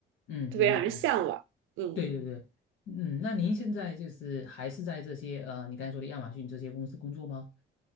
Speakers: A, on the left (about 85°); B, on the right (about 85°).
A: 嗯，
B: 特别让人向往。
A: 明白明白，
B: 嗯。
A: 对对对，嗯，那您现在就是还是在这些呃，你刚才说的亚马逊这些公司工作吗？